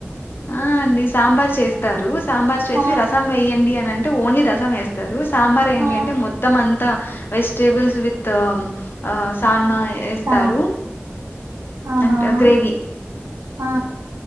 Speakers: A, on the left (about 50°); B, on the right (about 85°).
A: ఆ అండి సాంబార్ చేస్తారు సాంబార్ చేసి
B: ఆ
A: రసం వేయండి అని అంటే ఓన్ లీ రసం వేస్ తరు సాంబార్ ఎయండి
B: ఆ
A: అంటే మొత్తం అంతా వెజ్ టేబుల్స్ విత్ తోమ్ ఆ సాల్ నా ఎస్తారు
B: సా అవునవును
A: అంట గ్రేవి
B: ఆ